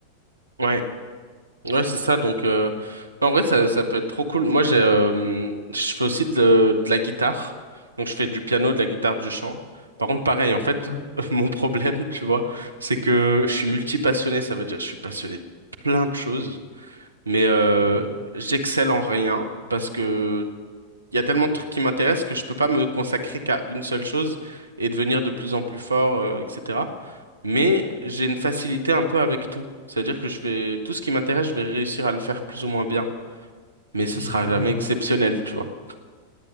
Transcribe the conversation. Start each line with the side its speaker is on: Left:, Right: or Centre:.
Right: Ouais. Ouais, c'est ça. Donc, euh, en vrai, ça, ça peut être trop cool. Moi, j'ai, euh, je fais aussi de, de la guitare. Donc, je fais du piano, de la guitare, du chant. Par contre, pareil, en
Left: Parfait.
Right: fait, <laughs> mon problème, tu vois, c'est que je suis multipassionné. Ça veut dire que je suis passionné de plein de choses, mais euh,
Left: Puis,
Right: j'excelle en rien parce que il y a tellement de trucs qui m'intéressent que je peux pas me consacrer qu'à une seule chose et devenir de plus en plus fort, euh, etc mais j'ai une facilité un peu avec tout. C'est-à-dire que je vais, tout ce qui m'intéresse, je vais réussir à le faire plus ou moins bien, mais ce
Left: je
Right: sera
Left: comprends.
Right: jamais exceptionnel, tu vois.